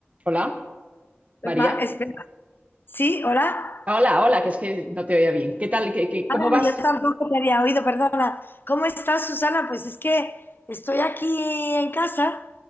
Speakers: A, on the right; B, on the left.
A: Hola, María.
B: Ma- espera. Sí, hola.
A: Hola, hola, que es que no te oía bien. ¿Qué tal? ¿Qué, qué-
B: Ah,
A: cómo
B: no,
A: vas?
B: yo tampoco te había oído, perdona. ¿Cómo estás, Susana? Pues es que estoy aquí en casa